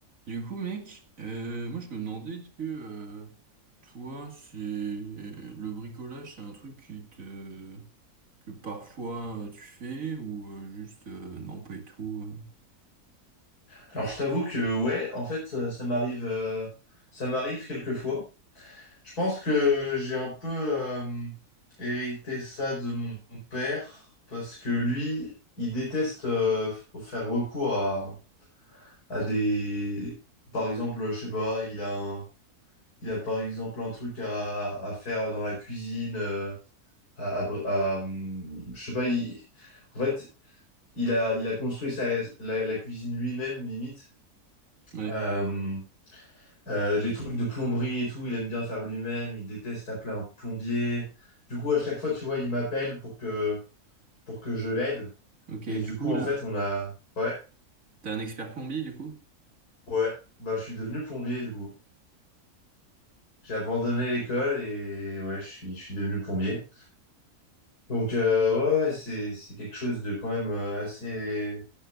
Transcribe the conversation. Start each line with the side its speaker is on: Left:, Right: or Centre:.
Right: Du coup, mec, euh, moi je me demandais est-ce que euh, toi, c'est le bricolage, c'est un truc qui te que parfois euh, tu fais ou euh, juste euh, non pas du tout.
Left: Alors je t'avoue que ouais, en fait ça, ça m'arrive euh, ça m'arrive quelquefois. Je pense que j'ai un peu euh, hérité ça de mon père parce que lui, il déteste euh, faire recours à, à des par exemple, je sais pas, il a un- il a par exemple un truc à, à faire dans la cuisine euh, à, à- à, hum, je sais pas, il- en fait, il a il a construit sa la, la cuisine lui-même limite.
Right: euh. Ouais.
Left: Euh, Euh, les trucs de plomberie et tout, il aime bien faire lui-même, il déteste appeler un plombier. Du coup, à chaque fois, tu vois, il m'appelle pour que, pour que je l'aide.
Right: Ok.
Left: Et du
Right: Du coup,
Left: coup, en
Right: le-
Left: fait, on a... Ouais,
Right: t'es un expert plombier du coup?
Left: ouais, bah, je suis devenu plombier, du coup. J'ai abandonné l'école et ouais, je suis, je suis devenu plombier. Donc, euh, ouais, ouais, c'est, c'est quelque chose de quand même euh, assez...